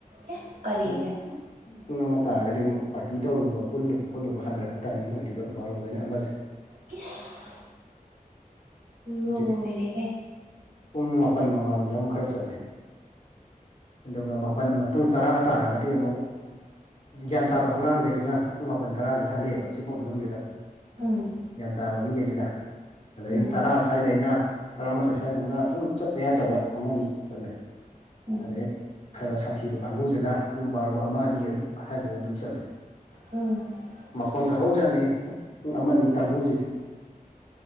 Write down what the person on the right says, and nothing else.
ꯑꯦ ꯀꯔꯤꯒꯤ
ꯀꯤꯁ ꯂꯣꯏꯔꯦꯍꯦ
ꯎꯝ
ꯎꯝ
ꯎꯝ
ꯎꯝ
ꯁꯤꯁ